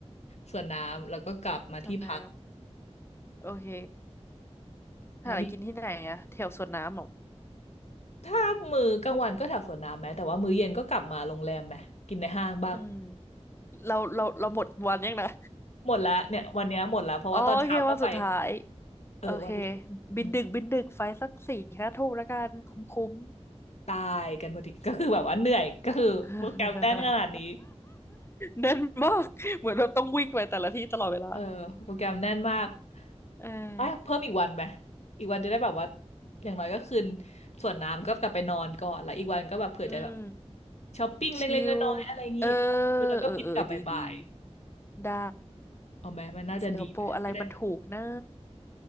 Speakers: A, on the left; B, on the left.
A: สวนน้ำแล้วก็กลับมาที่พัก
B: สวนน้ำโอเคถาอะไรกินที่ไหนอะแถวสวนน้ำเหรอ
A: แล้วมีถ้ามื้อกลางวันก็แถวสวนน้ำไหมแต่ว่ามื้อเย็นก็กลับมาโรงแรมไหมกินในห้างบ้าง
B: อืมเราเราเราหมดวันยังนะ
A: หมดละเนี่ยวันเนี้ยหมดละเพราะว่าตอนเช้าก็ไป
B: อ๋อโอเควันสุดท้าย
A: เออวันสุดท้ายอืม
B: โอเคบินดึกบินดึกไฟสักสี่ห้าทุ่มแล้วกันคุ้มคุ้ม
A: ตายกันพอดีก็คือแบบว่าเหนื่อยก็คือโปรแกรมแน่นขนาดนี้
B: <laughs> แน่ <laughs> นมากเหมือนเราต้องวิ่งไปแต่ละที่ตลอดเวลา
A: เออโปรแกรมแน่นมาก
B: เอ
A: เอ้ยเพิ่มอีกวันไหม
B: อ
A: อีกวันจะได้แบบว่าอย่างน้อยก็คืนส่วนน้ำก็กลับไปนอนก่อนแล้วอีกวันก็แบบเผื่อจะแบบ
B: อืม
A: ช้อปปิ้งเล็กๆน้อยๆอะไรอย่างนี้
B: ชิลเออ
A: ดูแล้วก็บินกลับบ่าย
B: เออเออดีดีดี ได้
A: ๆ เอาไหมมันน่าจะดีไหมจะได้แบบ
B: สิงคโปร์อะไรมันถูกนะ